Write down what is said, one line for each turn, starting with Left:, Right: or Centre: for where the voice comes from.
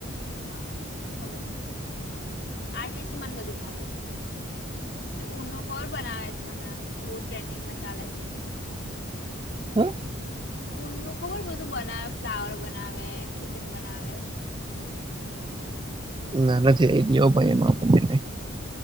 Left: હા હા મને ખબર છે વિશે આર્ટ વિશે મને બધું નોલેજ છે. એટલે ઊંનું નું ખોર બનાવે છે હમણાં બો ટ્રેન્ડિંગમાં ચાલે છે.
Right: હા
Left: ઉન નું ખબર બધું બનાવે ફ્લાવર બનાવે, કિચન બનાવે
Right: ના નથી એ ગયો ભાઈ એમાં પણ